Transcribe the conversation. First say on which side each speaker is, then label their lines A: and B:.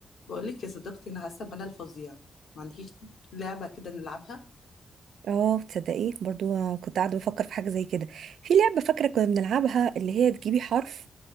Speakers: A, on the left (about 70°); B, on the right (about 85°).
A: بقول لك يا صديقتي انا حاسه بملل فظيع ما عندكيش لعبه كده نلعبها
B: اه تصدقيه برضو كنت قاعده بفكر في حاجه زي كده في لعبه فاكره كنا بنلعبها اللي هي تجيبي حرف